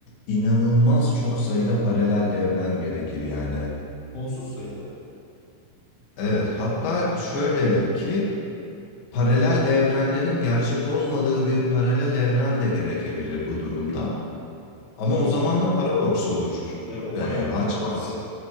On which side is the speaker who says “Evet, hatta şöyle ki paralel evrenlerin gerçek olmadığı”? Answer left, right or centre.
Left